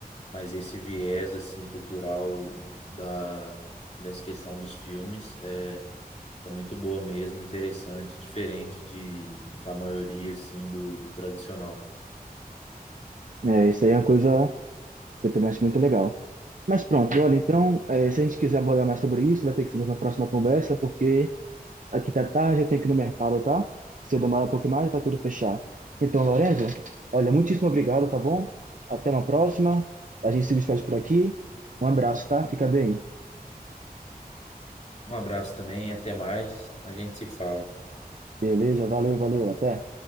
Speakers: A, on the left (about 45°); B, on the right (about 55°).
A: Mas esse viés assim cultural da dessa questão dos filmes é, É muito boa mesmo, interessante, diferente de, da maioria, assim, do, do tradicional.
B: É, isso aí é uma coisa que eu também acho muito legal. Mas pronto, olha, então, eh, se a gente quiser abordar mais sobre isso, vai ter que ser uma próxima conversa, porque aqui tá tarde, eu tenho que ir no mercado, tá? Se eu demorar um pouco mais, vai tudo fechar. Então, Lorenzo, olha, muitíssimo obrigado, tá bom? Até uma próxima. A gente se despede por aqui. Um abraço, tá? Fica bem.
A: Um abraço também, até mais. A gente se fala.
B: Beleza, valeu, valeu, até.